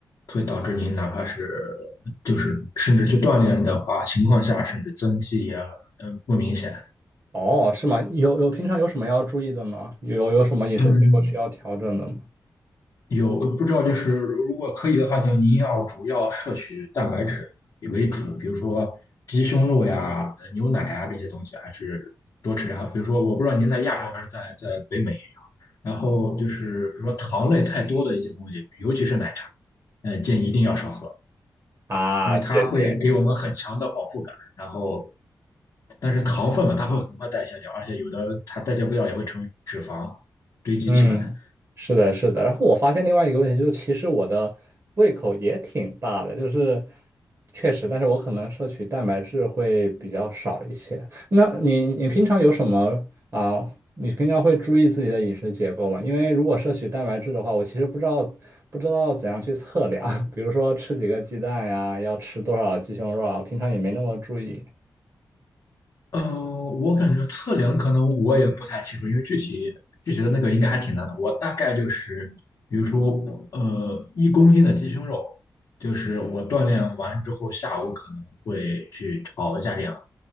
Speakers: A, on the left; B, on the right.
A: 所以导致您哪怕是就是甚至去锻炼的话，情况下甚至增肌也嗯不明显。
B: 哦，是吗？有有平常有什么要注意的吗？有有什么饮食结构需要调整的吗？
A: 嗯，有不知道，就是如果可以的话，就您要主要摄取蛋白质为主，比如说鸡胸肉呀、呃牛奶呀这些东西，还是多吃。然后比如说，我不知道您在亚洲还是在在北美啊，然后就是比如说糖类太多的一些东西，尤其是奶茶，呃，建议一定要少喝，
B: 啊，
A: 因为它会给我们很强的饱腹感。
B: 对对，
A: 然后，但是糖分嘛，它会很快代谢掉，而且有的它代谢不掉也会成为脂肪堆积起来。
B: 嗯，是的，是的。然后我发现另外一个问题就是，其实我的胃口也挺大的，就是确实，但是我可能摄取蛋白质会比较少一些。那你你平常有什么啊？你平常会注意自己的饮食结构吗？因为如果摄取蛋白质的话，我其实不知道不知道怎样去测量，<laughs> 比如说吃几个鸡蛋呀，要吃多少鸡胸肉啊，平常也没那么注意。
A: 嗯，我感觉测量可能我也不太清楚，因为具体具体的那个应该还挺难的。我大概就是，比如说，呃，一公斤的鸡胸肉，就是我锻炼完之后，下午可能会去炒一下这样的，